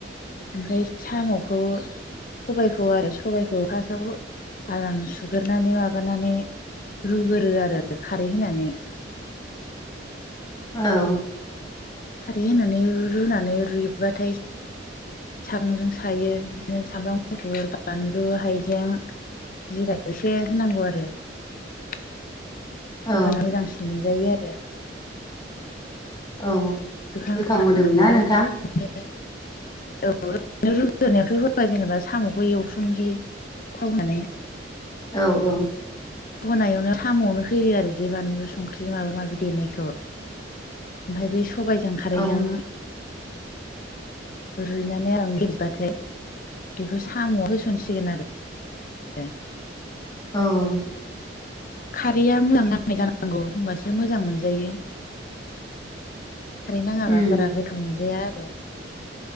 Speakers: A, on the left (about 50°); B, on the left (about 25°).
A: ओमफ्राय साम'खौ सबायखौ आरो सबायखौ फास्टआव आराम सुगोरनानै माबानानै रुगोरो आरो खारै होनानै।
B: औ।
A: खारै होनानै रुनानै रुइबाथाय सागंजों सायो। बिदिनो सामब्राम गुफुर बानलु हाइजें जिरा एसे होनांगौ आरो होमबाना
B: औ
A: मोजांसि मोनजायो आरो।
B: औ।
A: <unintelligible>
B: गोथाव मोदोमोना नोंथां
A: औ ओरैनो रुग्रोनायाथ' होबाय जेनेबा साम'खौ एवस्रोमनोसै थाव होनानै।
B: औ औ।
A: होनायावनो साम'नो होयो आरो। बे बानलु सुंख्रि माबा माबि देनायखौ ओमफाय बै सबाय जों खारैजों
B: औ
A: रुइनानै आराम गेब्लेबाथाय बेखौ साम'आव होसनसिगोन आरो। आरो
B: औ
A: खारैया मोजां नांनाय जानांगौ होमबासो मोजां मोनजायो। खारै नाङाबा
B: उम
A: बारा गोथाव मोनजाया आरो।